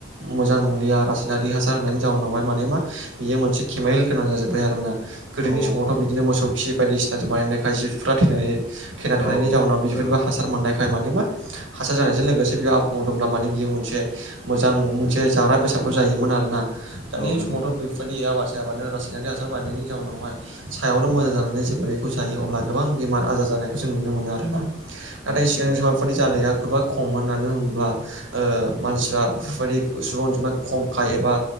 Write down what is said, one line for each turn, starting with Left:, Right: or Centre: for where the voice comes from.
Right: मोजां नंलिया रासायनारि हासार होनायनि जाउनावहाय माने मा बियो मोनसे केमेल गोनां जाजोब्बाय आरोना गोदोनि
Left: औ
Right: समावथ' बिदिनो मोसौ खि बायदिसिनाजों बानायनायखाय जिबफ्रा थैनानै थैना थानायनि
Left: औ
Right: जाउनाव बिफोर
Left: औ
Right: माखासे सार मोननायखाय माने मा हासार जानायजों लोगोसे बेयाव आबाद मावदोंब्ला माने बियो मोनसे मोजां मोनसे जाग्रा बेसादबो जायोमोन आरोना दानि
Left: औ नंगौ
Right: समावथ' बेफो बादि आबाद जायामानो रासायनारि हासार बानायनायनि जाउनावहाय सायावल' मोजां जानानै जेब्ला बेखौ जायो अब्ला गोबां बेमार आजार जानायखौ जों नुनो मोनो आरोना नाथाय
Left: उम
Right: सिगांनि
Left: औ
Right: <unintelligible> फोरबायदि जानाया गोबा खममोन मानो होनोब्ला ओ मानसिया बेफोरबायदि सुबुं अनजिमा खमखाय एबा